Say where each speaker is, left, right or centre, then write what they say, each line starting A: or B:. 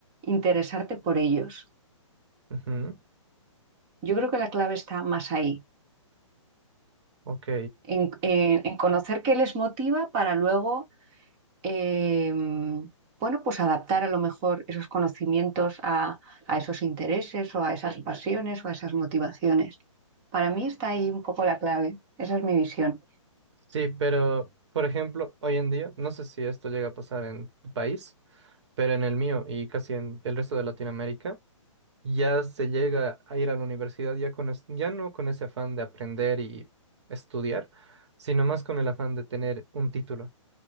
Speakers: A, on the right; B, on the right.
A: interesarte por ellos.
B: Ujú.
A: Yo creo que la clave está más ahí,
B: Ok,
A: en, en- en conocer qué les motiva para luego eh, bueno, pues adaptar a lo mejor esos conocimientos a, a esos intereses o a esas pasiones o a esas motivaciones. Para mí está ahí un poco la clave, esa es mi visión.
B: sí, pero por ejemplo, hoy en día, no sé si esto llega a pasar en tu país, pero en el mío y casi en el resto de Latinoamérica, ya se llega a ir a la universidad ya con es- ya no con ese afán de aprender y estudiar, sino más con el afán de tener un título